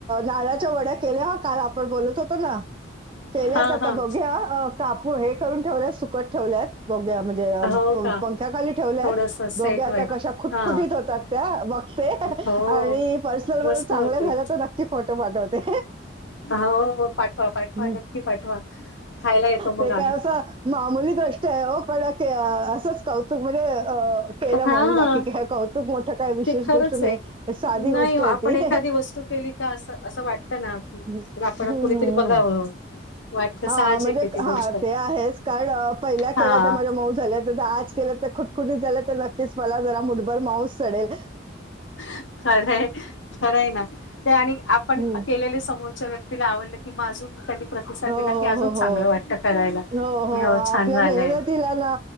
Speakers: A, on the right; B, on the left.
A: नाळाच्या वड्या केल्या हा काल आपण बोलत होतो ना. केल्यात
B: हां,
A: आता
B: हां.
A: बघ्या कापू हे करून ठेवल्यात सुकत ठेवल्यात बघ्या म्हणजे. जे आ
B: हो का?
A: पंख्याखाली ठेवल्या
B: थोडंसं
A: बघ
B: सेट व्हाय
A: आता कशा खुटखुीत
B: हां.
A: होतात त्या बाकी. ते
B: हो.
A: आणि पर्सनल
B: मस्त
A: व चांगल्या
B: होते.
A: झाल्या तर नक्की फोटो पाठवते.
B: हो, पाठवा, हो पाठवा
A: हम्म.
B: की पाठवा. खायला येतो
A: ते
B: मग
A: काय
B: आम्ही.
A: असं मामूली कष्ट्या आहे पडक असंच. कौतुक म्हण केलं
B: हां.
A: म्हणून बाकी काय कौतुक मोठं काय विशेष
B: ते खरंच
A: गोष्ट नाही.
B: आहे.
A: साधी
B: नाही
A: गोष्ट
B: व
A: आहे
B: आपण
A: ती
B: एखादी वस्तू केली का अस असं वाटतं ना की
A: हम्म
B: आपण
A: हम्म
B: कुणीतरी
A: हम्म.
B: बघावं. वाटत
A: हां,
B: साहजिक
A: म्हणजे
B: ती गोष्ट.
A: हां, ते आहेच. कारण पहिल्या
B: हा.
A: केल्या त्या माझ्या मऊ झाल्यात. ज केलं तर कुटखुटी झालं तर नक्कीच मला जरा मुठभर माऊस चडेल.
B: खरंय खरंय ना ते आणि आपण
A: हं.
B: केलेले समोरचे व्यक्ती ''--'' तिला आवडलं कि मग अजून. प्रतिसाद
A: हो हो
B: दिला की अजून
A: हो
B: चांगलं वाटतं करायला.
A: हो हो
B: की
A: हो, आपल्या
B: छान झालंय
A: मेहनतीला ना.